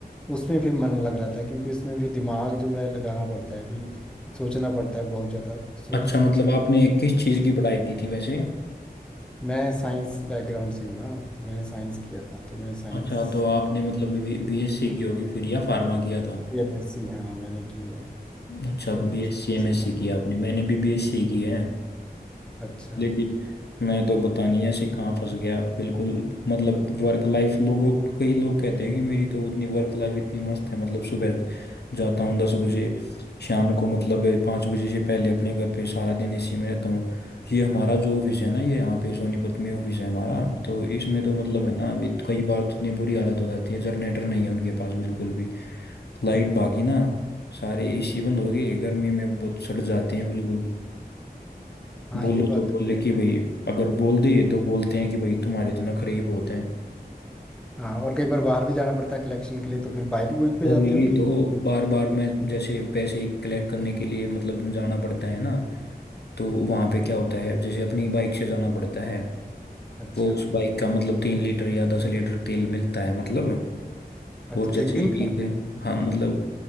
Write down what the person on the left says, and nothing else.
अच्छा
मतलब आपने किस चीज़ की पढ़ाई की थी वैसे
अच्छा तो आपने मतलब बीएससी की होगी फिर या फार्मा किया था
अच्छा
बीएससी
एमएससी
की
आपने मैंने भी बीएससी की है
लेकिन मैं तो पता नहीं ऐसे कहाँ फंस गया बिल्कुल मतलब वर्क लाइफ लोगों कई लोग कहते हैं कि मेरी तो उतनी वर्क लाइफ इतनी मस्त है मतलब सुबह जाता हूँ दस बजे शाम को मतलब पाँच बजे से पहले अपने घर पे सारा दिन इसी में रहता हूँ ये हमारा जो ऑफिस है ना ये यहाँ पे सोनीपत में ऑफिस है हमारा तो इसमें तो मतलब है ना अभी कई बार तो इतनी बुरी हालत हो जाती है जनरेटर नहीं है उनके पास बिल्कुल भी लाइट भागी ना सारे एसी बंद हो गए गर्मी में बहुत सड़ जाते हैं बिल्कुल
बोलो
तो बोले
कि भाई अगर बोल दिए तो बोलते हैं कि भाई तुम्हारे तो नखरे ही बहुत हैं
और
यही
तो बार बार में जैसे पैसे कलेक्ट करने के लिए मतलब जाना पड़ता है ना तो वहाँ पे क्या होता है जैसे अपनी बाइक से जाना पड़ता है
वो उस बाइक का मतलब तीन लीटर या दस लीटर तेल मिलता है मतलब
और जैसे
एक हाँ मतलब